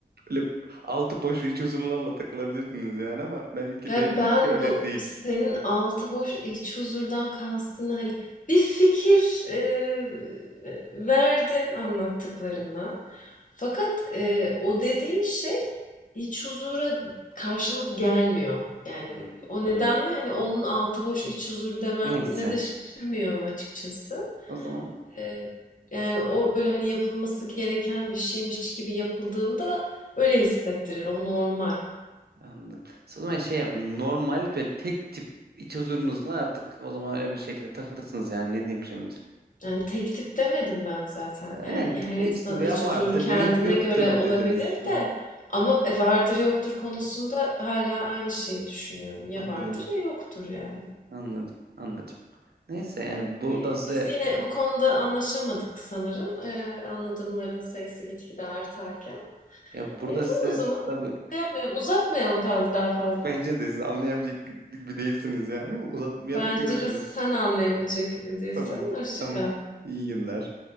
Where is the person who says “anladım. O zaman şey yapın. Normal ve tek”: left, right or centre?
Right